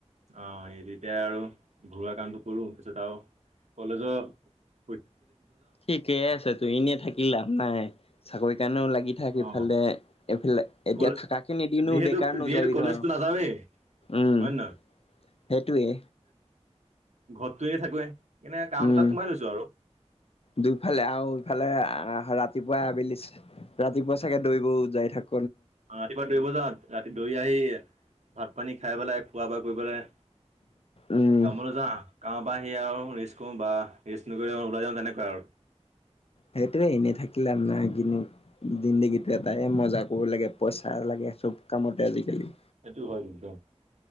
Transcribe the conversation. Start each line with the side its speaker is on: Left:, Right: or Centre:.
Right: অ এই তেতিয়াই আৰু ঘৰুৱা কামটো কৰো তাৰ পিছত আৰু কলেজত
Left: ঠিকেই আছে তোৰ এনেই থাকি লাভ নাই চাকৰি কাৰণেও লাগ। গি থাক
Right: অ
Left: ইফালে এইফালে এতিয়া
Right: কলে
Left: থাকখিনি এদিনো
Right: যিহেতু
Left: বেকাৰ নোযোবি
Right: যিহেতু কলেজতো
Left: ধৰ
Right: নাযামেই
Left: উম
Right: হয়
Left: সেইটোৱে
Right: ঘৰটোয়ে থাকোৱে এনে কাম
Left: উম
Right: তাত সোমাই লৈছো আৰু
Left: দুইফালে আৰু ইফালে আহ ৰাত- ৰাতিপুৱা আবেলি ৰাতিপুৱা চাগে দৌব যাই থাকো।
Right: অ ৰাতিপুৱা দৌৰিবজা ৰাতি দৰি আহি ভাত পানী খাই পেলাই খোৱা বোৱা কৰিব পেলাই। <unintelligible>
Left: উম,
Right: কামলে যা। কাৰ পৰা আহি আৰু ৰিস্ক কৰো বা ৰিস্ নকৰি ওলাই যাওঁ তেনেকুৱা আৰু
Left: সেইটোয়ে এনেই থাকিলে আপোনাৰ কিন্তু দিনজাগী এটাই মজা কৰিব লাগে পইচা লাগে চব কামতে আজিকালি-
Right: এইটো হয় কিন্ত